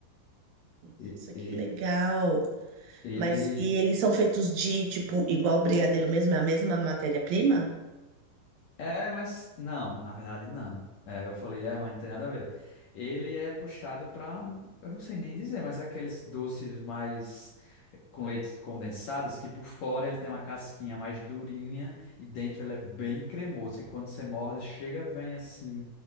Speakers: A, on the right; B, on the left.
A: nossa,
B: E-
A: que legal.
B: Ele
A: Mas, e eles são feitos de, tipo, igual brigadeiro mesmo, é a mesma matéria-prima?
B: é, mas não, na verdade não. É, eu falei, é, mas não tem nada a ver. Ele é puxado para um, eu não sei nem dizer, mas é aqueles doces mais eh, com leite condensados que por fora ele tem uma casquinha mais durinha e dentro ele é bem cremoso, que quando você morde, chega, vem assim,